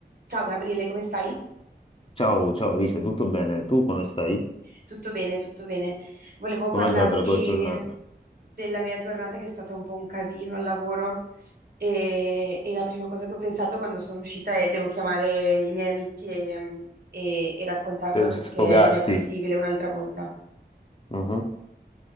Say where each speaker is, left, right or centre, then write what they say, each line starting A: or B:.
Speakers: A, on the right (about 60°); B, on the left (about 30°).
A: Ciao Gabriele, come stai?
B: Ciao, ciao Alice, tutto bene? Tu come stai?
A: Tutto bene, tutto bene. Volevo
B: Com'è
A: parlarti
B: andata la tua giornata?
A: della mia giornata che è stata un po' un casino al lavoro e, e la prima cosa che ho pensato quando sono uscita è devo chiamare i miei amici e, e- e raccontarlo
B: Per
A: perché
B: sfogarti.
A: non è possibile un'altra volta.
B: Mhm,